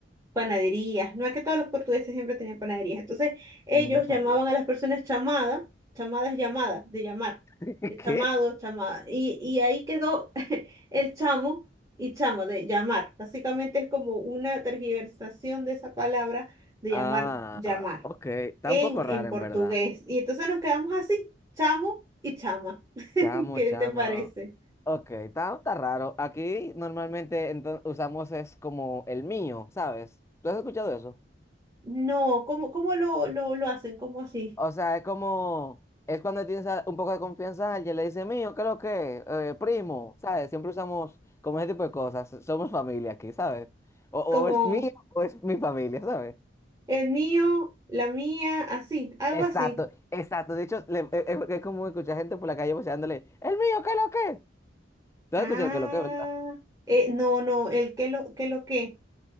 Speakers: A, on the right; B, on the left.
A: panaderías. No es que todos los portugueses siempre tenían panaderías. Entonces, ellos
B: no sabía.
A: llamaban a las personas chamada, chamada es llamada, de llamar,
B: <laughs>
A: de chamado,
B: ¿Qué?
A: chamada. Y, y ahí quedó <laughs> el chamo y chama, de llamar. Básicamente es como una tergiversación de esa palabra de
B: Ah,
A: llamar, llamar,
B: ok, está
A: en,
B: un poco raro
A: en portugués.
B: en verdad.
A: Y entonces nos quedamos así, chamo y chama. <laughs>
B: Chamo,
A: ¿Qué
B: chama.
A: te parece?
B: Ok, está, está raro. Aquí normalmente ento- usamos es como el mío, ¿sabes? ¿Tú has escuchado eso?
A: No, ¿cómo, cómo lo, lo, lo hacen? ¿Cómo así?
B: O sea, es como, es cuando tienes a- un poco de confianza a alguien, le dice mío, ¿qué es lo que? Eh, primo, ¿sabes? Siempre usamos como ese tipo de cosas. Somos familia aquí, ¿sabes? O, o
A: Como...
B: es mío o es mi familia, ¿sabes?
A: El mío, la mía, así, algo
B: Exacto,
A: así.
B: exacto. De hecho, le- es, es- es como escuchar gente por la calle voceándole, el mío, ¿qué es lo que? ¿Tú
A: Ah,
B: has escuchado el qué es lo que, verdad?
A: eh, no, no, el que lo, que lo que.